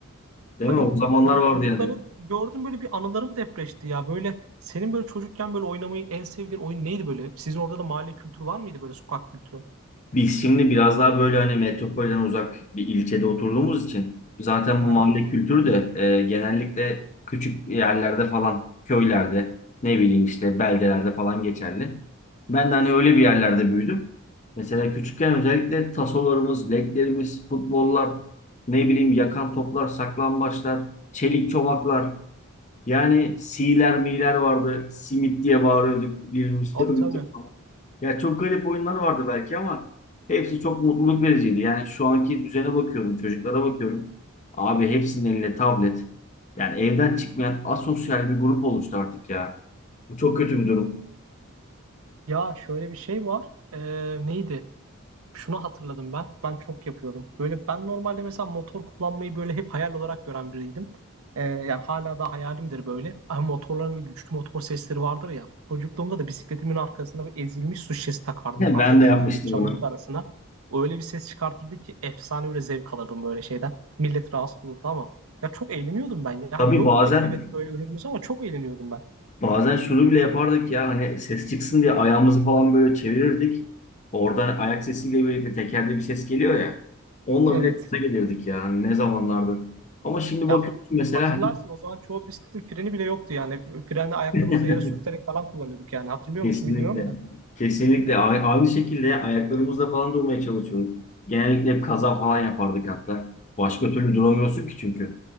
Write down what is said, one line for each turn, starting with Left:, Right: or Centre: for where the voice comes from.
Left: Değil
Right: Hani
Left: mi? O zamanlar
Right: ya
Left: vardı
Right: çocukları
Left: yani.
Right: gördüm böyle bir anılarım depreşti ya. Böyle senin böyle çocukken böyle oynamayı en sevdiğin oyun neydi böyle? Sizin orada da mahalle kültürü var mıydı böyle sokak kültürü?
Left: Biz şimdi biraz daha böyle hani metropolden uzak bir ilçede oturduğumuz için zaten
Right: Aha.
Left: bu mahalle kültürü de e, genellikle küçük yerlerde falan köylerde ne bileyim işte beldelerde falan geçerli. Ben de hani öyle bir yerlerde büyüdüm. Mesela küçükken özellikle tasolarımız, leklerimiz, futbollar, ne bileyim yakan toplar, saklambaçlar, çelik çomaklar. Yani siler miler vardı. Simit diye bağırıyorduk. Birbirimizi
Right: Abi
Left: dövüyorduk.
Right: tabii.
Left: Ya çok garip oyunlar vardı belki ama hepsi çok mutluluk vericiydi. Yani şu anki düzene bakıyorum, çocuklara bakıyorum. Abi hepsinin elinde tablet. Yani evden çıkmayan asosyal bir grup oluştu artık ya. Bu çok kötü bir durum.
Right: Ya şöyle bir şey var. Ee, neydi? Şunu hatırladım ben. Ben çok yapıyordum. Böyle ben normalde mesela motor kullanmayı böyle hep hayal olarak gören biriydim. Ee, yani hala da hayalimdir böyle. Ama motorların böyle güçlü motor sesleri vardır ya. Çocukluğumda da bisikletimin arkasına bir ezilmiş su şişesi takardım.
Left: <laughs>
Right: Böyle arka
Left: Ben
Right: tekerleği
Left: de yapmıştım
Right: çamurluk
Left: onu.
Right: arasına. O öyle bir ses çıkartırdı ki efsane böyle zevk alırdım böyle şeyden. Millet rahatsız olurdu ama. Ya çok eğleniyordum ben. Yani
Left: Tabii
Right: yoktu
Left: bazen
Right: evet böyle ürünümüz ama çok eğleniyordum ben.
Left: bazen şunu bile yapardık ya hani ses çıksın diye ayağımızı falan böyle çevirirdik. Oradan ayak sesiyle birlikte tekerde bir ses geliyor ya. Onunla
Right: Evet.
Left: bile gaza gelirdik yani ne zamanlardı. Ama şimdi bakıyorsun
Right: Ya hat-
Left: mesela
Right: hatırlarsın o zaman çoğu bisikletin freni bile yoktu yani. Freni
Left: <laughs>
Right: ayaklarımızı
Left: her
Right: yere sürterek falan kullanıyorduk yani. Hatırlıyor
Left: Kesinlikle.
Right: musun bilmiyorum da.
Left: Kesinlikle. A- Aynı şekilde ayaklarımızla falan durmaya çalışıyorum. Genellikle hep kaza falan yapardık hatta. Başka türlü duramıyorsun ki çünkü.